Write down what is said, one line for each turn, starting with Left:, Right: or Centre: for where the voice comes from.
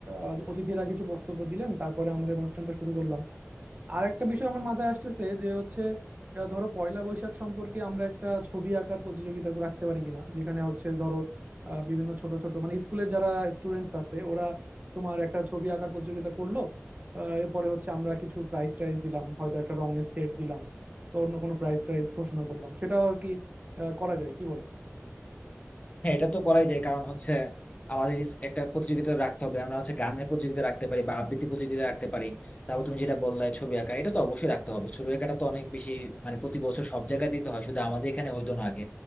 Right: আহ, অতিথিরা কিছু বক্তব্য দিলেন তারপরে আমাদের অনুষ্ঠানটা শুরু করলাম আর একটা বিষয় আমার মাথায় আসতেছে যে হচ্ছে আহ, ধরো পয়লা বৈশাখ সম্পর্কে আমরা একটা ছবি আঁকার প্রতিযোগিতা রাখতে পারি কিনা যেখানে হচ্ছে ধরো আহ, বিভিন্ন ছোট ছোট মানে স্কুলের যারা স্টুডেন্টস আছে ওরা তোমার একটা ছবি আঁকার প্রতিযোগিতা করলো আহ, এরপরে হচ্ছে আমরা কিছু প্রাইজ টাইজ দিলাম হয়তো একটা রঙের সেট দিলাম বা অন্য কোনো প্রাইজ টাইজ ঘোষণা করলাম সেটাও আর কি আহ, করা যায় কি বলো
Left: হ্যাঁ এটা তো করাই যায় কারণ হচ্ছে আমাদের ইস- একটা প্রতিযোগিতা রাখতে হবে আমরা হচ্ছে গানের প্রতিযোগিতা রাখতে পারি বা আবৃত্তি প্রতিযোগিতা রাখতে পারি তারপর তুমি যেটা বললে ছবি আঁকা এটা তো অবশ্যই রাখতে হবে ছবি আঁকাটা তো অনেক বেশি মানে প্রতি বছর সব জায়গাতেই তো হয় শুধু আমাদের এখানে হইতো না আগে